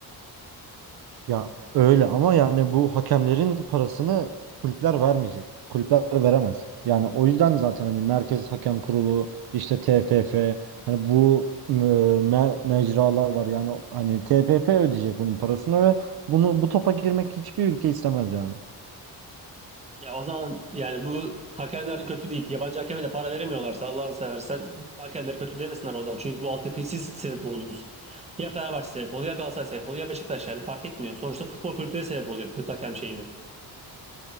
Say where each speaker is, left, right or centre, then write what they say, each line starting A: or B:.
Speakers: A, on the right (about 65°); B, on the right (about 15°).
A: Ya öyle ama yani bu hakemlerin parasını kulüpler vermeyecek. Kulüpler veremez. Yani o yüzden zaten hani Merkez Hakem Kurulu, işte TFF, hani bu e, me- mecralar var. Yani hani TFF ödeyecek bunun parasını ve bunu bu topa girmek hiçbir ülke istemez yani.
B: Ya o zaman yani bu hakemler kötü deyip yabancı hakeme de para veremiyorlarsa Allah'ını seversen hakemleri kötü demesinler o zaman. Çünkü bu altyapıyı siz sebep oldunuz. Ya Fenerbahçe sebep oluyor, ya Galatasaray sebep oluyor, ya Beşiktaş yani fark etmiyor. Sonuçta futbol kulüpleri sebep oluyor bu kötü hakem şeyini.